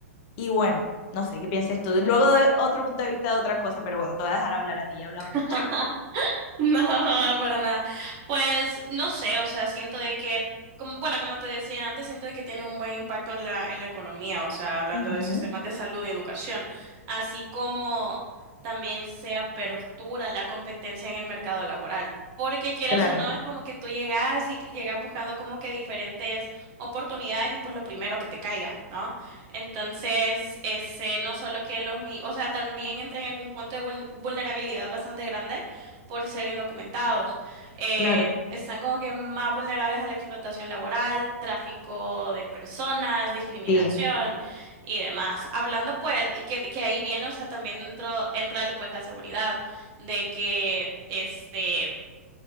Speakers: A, on the left; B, on the right.
A: y bueno, no sé qué pienses tú. Luego doy otro punto de vista de otra cosa, pero bueno, te voy a dejar hablar a ti, ya he hablado
B: <laughs>
A: mucho.
B: No, <laughs> para nada. Pues no sé, o sea, siento de que, como- bueno, como te decía antes, siento de que tienen un buen impacto en la, en la economía, o sea, hablando
A: Ujú,
B: de sistemas de salud y educación, así como también se apertura la competencia en el mercado laboral. Porque quieras
A: Claro,
B: o no, es como que tú llegas y llegas buscando como que diferentes oportunidades y pues lo primero que te caiga, ¿no? Entonces, ese, no solo que los, mi- o sea, también entran en un punto de vul- vulnerabilidad bastante grande por ser indocumentados. Eh,
A: claro,
B: están como que más vulnerables a la explotación laboral, tráfico de personas, discriminación
A: sí.
B: y demás. Hablando pues, y que, que ahí viene, o sea, también dentro, entra pues la seguridad de que este